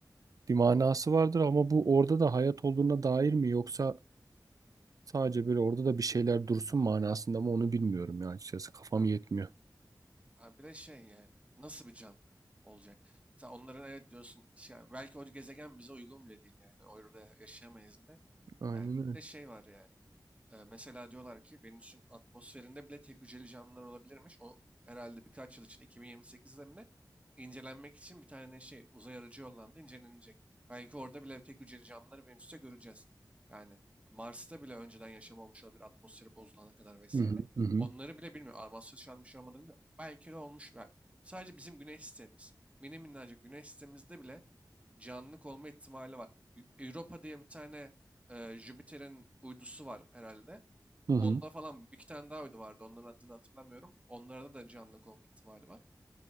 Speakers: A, on the right (about 50°); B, on the right (about 15°).
A: Bir manası vardır ama bu orada da hayat olduğuna dair mi yoksa sadece böyle orada da bir şeyler dursun manasında mı onu bilmiyorum
B: Yani,
A: ya açıkçası. Kafam
B: abi,
A: yetmiyor.
B: Abi bir de şey yani nasıl bir canlı olacak? Sen onların evet diyorsun şey, belki o gezegen bize uygun bile değil yani orada yaşayamayız bile.
A: Aynen
B: Yani bir
A: öyle.
B: de şey var yani. Ee, mesela diyorlar ki Venüs'ün atmosferinde bile tek hücreli canlılar olabilirmiş. O herhalde birkaç yıl için 2028'de mi ne incelenmek için bir tane şey uzay aracı yollandı incelenecek. Belki orada bile tek hücreli canlıları Venüs'te göreceğiz. Yani Mars'ta bile önceden yaşam olmuş olabilir atmosferi bozulana kadar vesaire.
A: Hı hı hı hı.
B: Onları bile bilmiyor. Atmosfer şu an bir şey olmadığını bilmiyor. Belki de olmuş. Bel- Sadece bizim güneş sistemimiz. Mini minnacık güneş sistemimizde bile canlılık olma ihtimali var. Eu- Europa diye bir tane e, Jüpiter'in uydusu var herhalde.
A: Hı hı.
B: Onda falan iki tane daha uydu vardı. Onların adını hatırlamıyorum. Onlarda da canlılık olma ihtimali var.